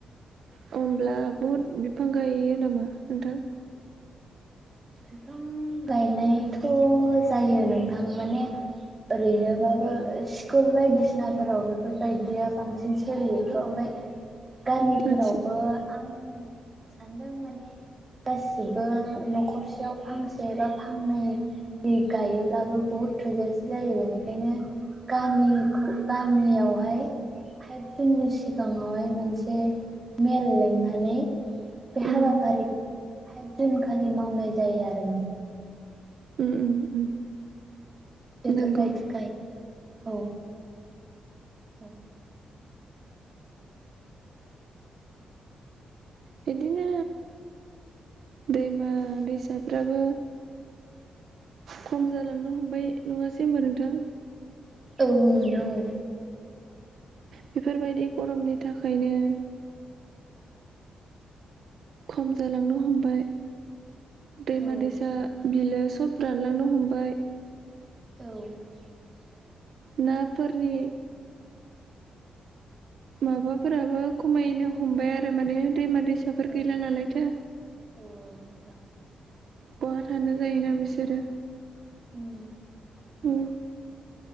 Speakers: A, on the right; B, on the right.
A: होमब्ला बहुद बिफां गायो नामा नोंथां
B: बिफां गायनायथ' जायो नोंथां माने ओरैनोबाबो स्कुल बायदिसिनाफोराव बेफोरबायदिया बांसिन सोलियोथ' ओमफ्राय गामिफोरावबो
A: आदसा
B: आं सानदों माने गासिबो न'खरसेयाव फांसे एबा फांनैयै गायोब्लाबो बहुद थोजासे जायो बेनिखायनो गामिखौ गामियावहाय फाइभ जुननि सिगाङावहाय मोनसे मेल लिंनानै बे हाबाफारिखौ
A: उम
B: फाइभ जुन खालि मावनाय जायो आरो
A: उ उ उम
B: बेफोरबायदिखाय
A: नंगौ
B: औ औ
A: बिदिनो दैमा दैसाफ्राबो खम जालांनो हमबाय नङासै होमबा नोंथां
B: औ औ नोंथां औ
A: बेफोरबायदि गरमनि थाखायनो खम जालांनो हमबाय दैमा
B: औ
A: दैसा बिलो सब रानलांनो हमबाय
B: औ
A: नाफोरनि माबाफोराबो खमायनो हमबाय आरो माने दैमा दैसाफोर
B: औ
A: गैला नालायथो
B: औ नोंथां औ
A: बहा थानो जायोना बिसोरो
B: उम
A: उ